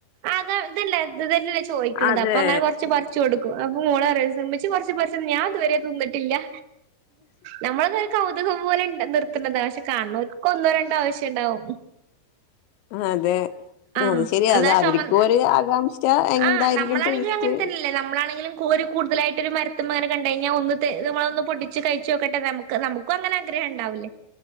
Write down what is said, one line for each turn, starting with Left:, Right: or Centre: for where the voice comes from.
Right: അതാ ഇതല്ലേ ഇതതന്നല്ല്യേ ചോയിക്കണത്
Left: അതെ
Right: അപ്പോ അങ്ങനെ കൊറച്ച് പറി ച്ചു കൊടുക്കും അപ്പോ മോളറയാ സെമ്മിച്ച് കൊറച്ച് പറിച്ച് തന്നാ ഞാൻ ഇതുവരെ തിന്നിട്ടില്ലാ നമ്മളത് കൗതുകം പോലൊണ്ട് നിർത്തുന്നതാ പക്ഷെ കാണുന്നോർക്ക് ഒന്നോ രണ്ടോ ആവശ്യം ഇണ്ടാവും
Left: അതേ
Right: ആഹ്
Left: അത് ശരിയാ
Right: അതാ
Left: അത് അവരിക്കും
Right: ചൊമന്ന
Left: ഒരു ആകാംക്ഷ എന്തായിരിക്കും
Right: ആഹ് നമ്മളാണെങ്കിലും
Left: ടേസ്റ്റ്
Right: അങ്ങനെ തന്നെയല്ലേ നമ്മളാണെങ്കിലും കോരി കൂടുതലായിട്ട് ഒരു മരത്തുമ്മേ അങ്ങനെ കണ്ട് കഴിഞ്ഞാ ഒന്ന് തെ നമ്മളൊന്ന് പൊട്ടിച്ച് കഴിച്ച് നോക്കട്ടെ നമുക്ക് നമുക്കും അങ്ങനെ ആഗ്രഹ ഉണ്ടാവില്ലേ